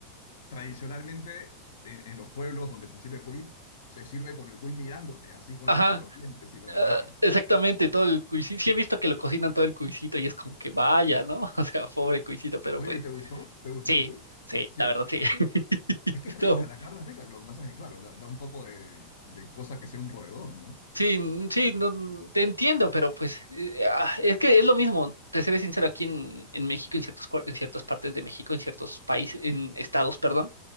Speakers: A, on the left; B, on the right.
A: Tradicionalmente, en, en los pueblos donde se sirve cuy, se sirve con el cuy mirándote, así con,
B: Ajá.
A: los con los dientes y con
B: Ah,
A: las garras.
B: exactamente, todo el cuisito. Sí he visto que lo cocinan todo el cuisito y es como que vaya, ¿no? <laughs> O sea, pobre cuisito, pero
A: Oye,
B: pues
A: ¿y te gustó? ¿Te gustó
B: sí,
A: el cuy?
B: sí,
A: Sí.
B: la verdad sí. <laughs>
A: Es que es rica,
B: No,
A: la carne es rica. Lo que pasa es que, claro, da, da un poco de, de cosa que sea un roedor, ¿no?
B: sí, n- sí, no, te entiendo, pero pues eh, ah, es que es lo mismo, te seré sincero, aquí en, en México, en ciertos, cuar- en ciertas partes de México, en ciertos países, en estados, perdón,